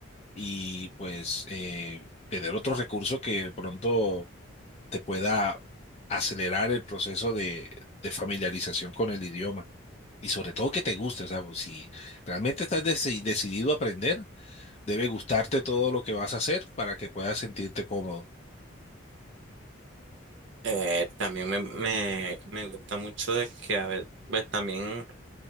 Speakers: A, on the left; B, on the right.
A: y pues eh, tener otro recurso que de pronto te pueda acelerar el proceso de, de familiarización con el idioma. Y sobre todo que te guste, o sea, pues, si realmente estás deci- decidido a aprender, debe gustarte todo lo que vas a hacer para que puedas sentirte cómodo.
B: Eh, también me, me, me gusta mucho de que, a ver, pues también